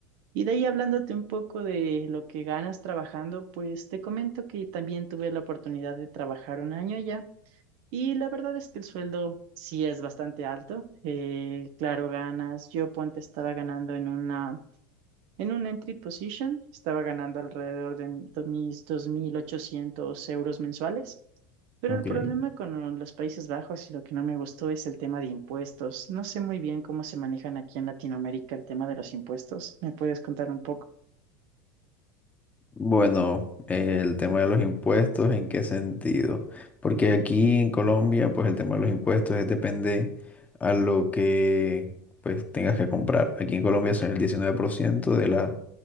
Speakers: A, on the right; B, on the left.
A: Y de ahí hablándote un poco de lo que ganas trabajando, pues te comento que también tuve la oportunidad de trabajar un año allá y la verdad es que el sueldo sí es bastante alto. Eh, claro, ganas, yo ponte estaba ganando en una en un entry position estaba ganando alrededor de do- mis 2.800 euros mensuales, pero
B: ok.
A: el problema con los Países Bajos y lo que no me gustó es el tema de impuestos. No sé muy bien cómo se manejan aquí en Latinoamérica el tema de los impuestos. ¿Me puedes contar un poco?
B: Bueno, el tema de los impuestos, ¿en qué sentido? Porque aquí en Colombia, pues el tema de los impuestos es depende a lo que pues tengas que comprar. Aquí en Colombia son el 19% de la,